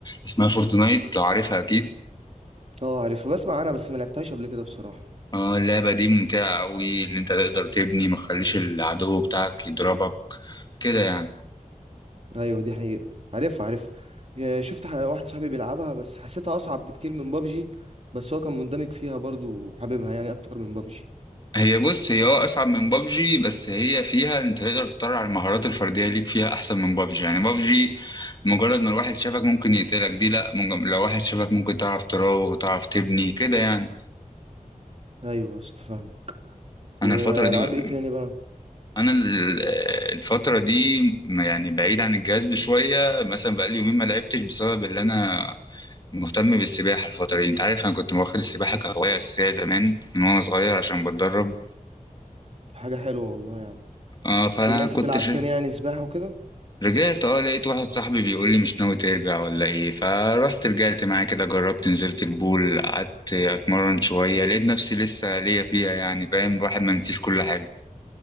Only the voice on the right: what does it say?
اه عارفها بسمع عنها بس ما لعبتهاش قبل كده بصراحه
ايوه دي حقيقة عارفها عارفها يا- شفت ح- واحد صاحبي بيلعبها بس حسيتها اصعب بكتير من بابجي بس هو كان مندمج فيها برضو حاببها يعني اكتر من بابجي
ايوه يا اسطى فاهمك
والعاب
ايه تاني بقى
حاجة حلوة والله يا عم
رجعت
تلعب
تاني يعني سباحة وكده